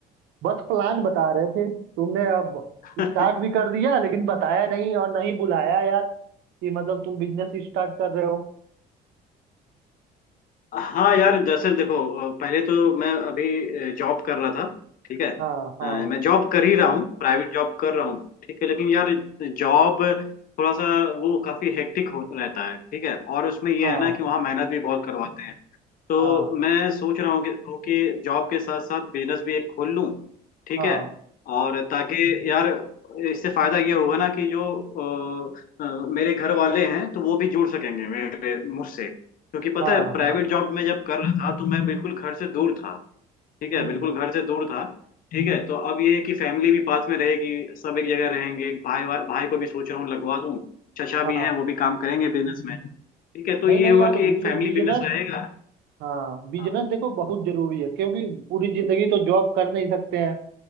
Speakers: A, on the right; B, on the left.
A: बस प्लान बता रहे थे तुमने अब
B: <laughs>
A: स्टार्ट भी कर दिया लेकिन बताया नहीं और नहीं बुलाया यार कि मतलब तुम बिजनेस स्टार्ट कर रहे हो
B: हाँ यार दरअसल देखो अ, पहले तो मैं अभी जॉब कर रहा था ठीक है
A: हाँ हाँ
B: अ, मैं जॉब कर ही रहा हूँ प्राइवेट जॉब कर रहा हूँ ठीक है लेकिन यार जॉब थोड़ा सा वो काफी हेक्टिक हो रहता है ठीक है और उसमें ये
A: हाँ
B: है ना कि वहाँ मेहनत भी बहुत करवाते हैं तो
A: हाँ
B: मैं सोच रहा हूँ कि हूँ कि जॉब के साथ साथ बिजनेस भी एक खोल लूँ ठीक
A: हाँ
B: है और ताकि यार इससे फायदा ये होगा ना कि जो अ, अ, मेरे घर वाले हैं तो वो भी जुड़ सकेंगे मेरे मुझसे क्योंकि पता
A: हाँ
B: है प्राइवेट
A: हाँ
B: जॉब में जब कर रहा था तो मैं बिल्कुल घर से दूर था ठीक है
A: हम्म
B: बिल्कुल घर से दूर था ठीक है तो अब ये है कि फैमिली भी पास में रहेगी सब एक जगह रहेंगे भाई भाई को भी सोच रहा हूँ लगवा दूँ चचा
A: हाँ
B: भी हैं वो भी काम करेंगे बिजनेस में ठीक है तो
A: नहीं
B: ये
A: नहीं
B: होगा
A: यार
B: कि एक फैमिली
A: ये बिजनेस
B: बिजनेस रहेगा
A: हाँ बिजनेस
B: हाँ
A: देखो बहुत जरूरी है क्योंकि पूरी जिंदगी तो जॉब कर नहीं सकते हैं